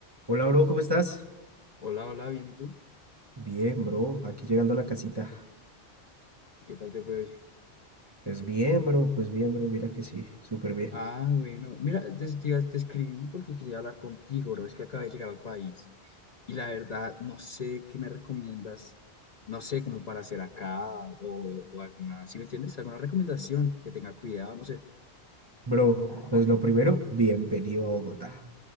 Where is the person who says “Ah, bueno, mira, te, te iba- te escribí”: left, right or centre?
Left